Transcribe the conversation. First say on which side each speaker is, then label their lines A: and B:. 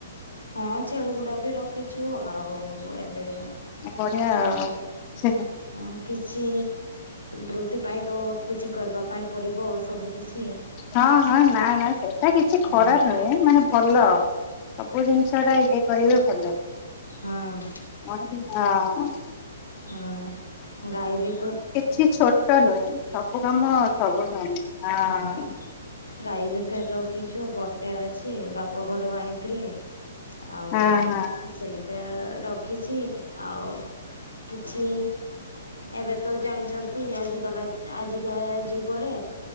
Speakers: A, on the left; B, on the left.
A: ହଁ ଛେଳି ଗୁଡ଼ା ବି ରଖିଛୁ ଆଉ ଏବେ
B: ଏ ବଢ଼ିଆ ଆଉ
A: ଏଇ
B: ସେ
A: ହଁ କିଛି ବୃତ୍ତି ପାଇଁ ତ କିଛି କର୍ବା ପାଇଁ ପଡ଼ିବ ସବୁ କିଛି।
B: ହଁ ହଁ ନାଁ ନାଁ ସେଟା କିଛି ଖରାପ
A: ହଁ
B: ନୁହେଁ ମାନେ ଭଲ। ସବୁ ଜିନିଷଟା ଇଏ କରିବେ ଭଲ।
A: ହଁ।
B: ଅଁଟେ ତି ଅଁ
A: ହଁ ଗାଈ ବି ଉଁ
B: ଛି ଛୋଟ ନୁହେଁ ସବୁ କାମ ସବୁ ସମ ଆ
A: ହଁ ଗାଈ ବି ଫେର୍ ରଖିଚୁ ଗୋଟେ ଅଛି ବାପ ଘରୁ ଆଣି ଥିଲେ ଆଉ
B: ହଁ ହଁ
A: ସେଇଟା ରଖିଚି ଆଉ କିଛି ଏବେ ତ ଜାଣିଚନ୍ତି ଆଜିି କଲା ଆଜି ଯାୟା ଯୁଗରେ